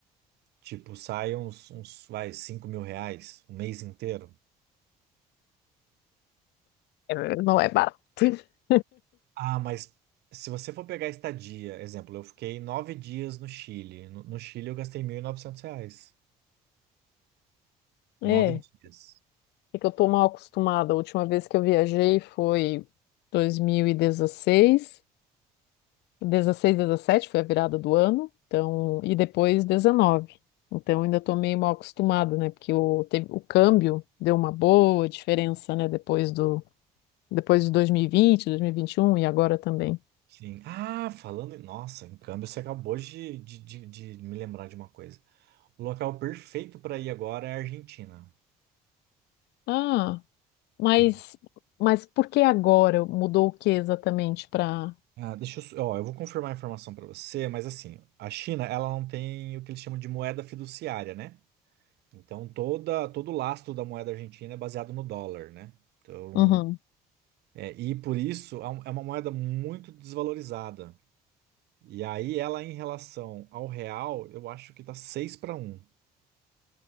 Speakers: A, on the right; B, on the left.
A: Tipo, sai uns, uns, vai, cinco mil reais o mês inteiro.
B: é, não é barato. <laughs>
A: Ah, mas se você for pegar estadia, exemplo, eu fiquei nove dias no Chile. No, no Chile eu gastei 1.900 reais. Nove
B: É,
A: dias.
B: é que eu tô mal acostumada. A última vez que eu viajei foi 2016. 16, 17 foi a virada do ano, então, e depois 19. Então ainda estou meio mal acostumada, né? Porque o, teve, o câmbio deu uma boa diferença, né? Depois do, depois de 2020, 2021 e vinte, dois mil e vinte e um e agora também.
A: Sim. Ah, falando em. Nossa, em câmbio, você acabou de, de, de, de me lembrar de uma coisa. O local perfeito para ir agora é a Argentina.
B: Ah, mas,
A: Bom,
B: mas por que agora mudou o que exatamente para.
A: Ah, deixa eu. s- Ó, eu vou confirmar a informação para você, mas assim, a China, ela não tem o que eles chamam de moeda fiduciária, né? Então, toda, todo o lastro da moeda argentina é baseado no dólar, né? Então,
B: Uhum.
A: é, e por isso é um- é uma moeda muito desvalorizada. E aí, ela em relação ao real, eu acho que tá seis para um